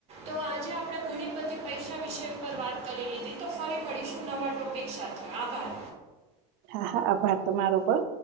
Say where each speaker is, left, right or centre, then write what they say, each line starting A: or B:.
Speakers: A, on the right (about 40°); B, on the right (about 65°).
A: તો આજે આપણે ઘણી બધી પૈસા વિષય પર વાત કરી લીધી તો ફરી મળીશું નવા ટોપિક સાથે આભાર
B: હા હા આભાર તમારો પર